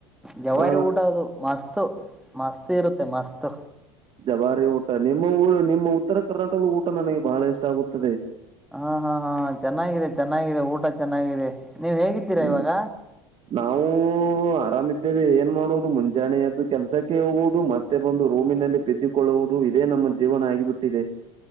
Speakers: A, in the centre; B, on the right.
A: ಜವಾರಿ
B: ಹ
A: ಊಟ ಅದು ಮಸ್ತ್ ಮಸ್ತ್ ಇರುತ್ತೆ ಮಸ್ತ್
B: ಜಬಾರಿ ಊಟ ನಿಮ್ಮ ಊರು ನಿಮ್ಮ ಉತ್ತರ ಕರ್ನಾಟಕದ ಊಟ ನನಗೆ ಬಹಳ ಇಷ್ಟ ಆಗುತ್ತದೆ
A: ಹಾ ಹಾ ಹಾ ಚೆನ್ನಾಗಿದೆ ಚೆನ್ನಾಗಿದೆ ಊಟ ಚೆನ್ನಾಗಿದೆ ನೀವ್ ಹೇಗಿದ್ದೀರಾ
B: ಹ್ಮ್
A: ಇವಾಗ
B: ನಾವು ಆರಾಮ ಇದ್ದೇವೆ ಏನ್ ಮಾಡುವುದು ಮುಂಜಾನೆಯದ್ದು ಕೆಲಸಕ್ಕೆ ಹೋಗುವುದು ಮತ್ತೆ ಬಂದು ರೂಮಿನಲ್ಲಿ ಬಿದ್ದಿಕೊಳ್ಳುವುದು ಇದೇ ನಮ್ಮ ಜೀವನ ಆಗಿಬಿಟ್ಟಿದೆ